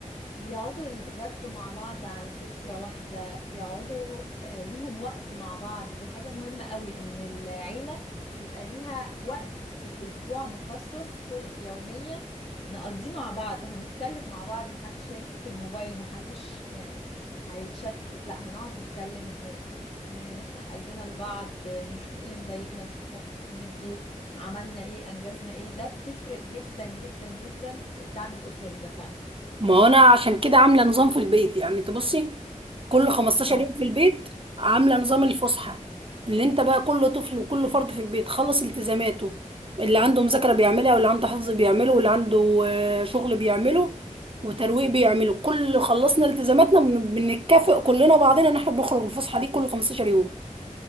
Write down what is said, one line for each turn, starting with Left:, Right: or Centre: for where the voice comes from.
Left: بيقعدوا يتغدوا مع بعض على سفرة واحدة بيقعدوا آه، ليهم وقت مع بعض دي حاجة مهمة قوي ان العيلة يبقى ليها وقت في الأسبوع مخصص كل يوميا نقضيه مع بعض هنتكلم مع بعض محدش هيمسك الموبايل محدش يعني هيتشتت لا هنقعد نتكلم ن... ن- نفتح قلبنا لبعض آه، نشوف ايه اللي مضايقنا نشوف مبسوطين من ايه عملنا ايه انجزنا ايه ده بتفرق جدا جدا جدا الدعم الأسري ده فعلا
Right: ما هو انا عشان كده عامله نظام في البيت يعني تبصي كل 15
Left: اه
Right: يوم في البيت عامله نظام الفسحه اللي انت بقى كل طفل وكل فرد في البيت خلص التزاماته اللي عنده مذاكره بيعملها واللي عنده حفظ بيعمله واللي عنده آه، شغل بيعمله وترويق بيعمله كل خلصنا التزاماتنا بن- بنتكافئ كلنا بعضنا ان احنا بنخرج الفسحه دي كل 15 يوم